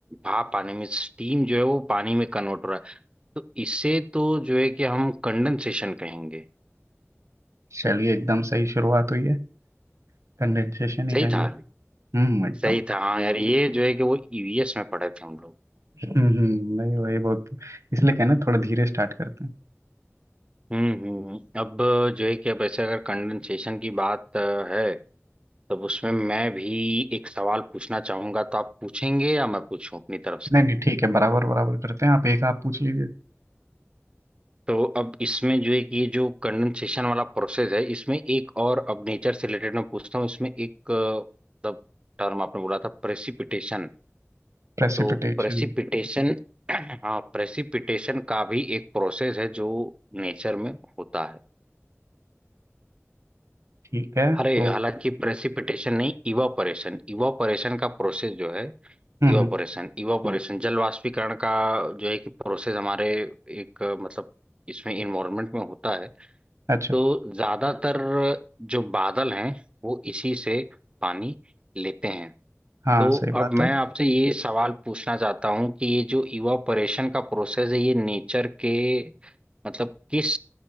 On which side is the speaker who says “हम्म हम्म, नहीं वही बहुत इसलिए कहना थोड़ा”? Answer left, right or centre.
Right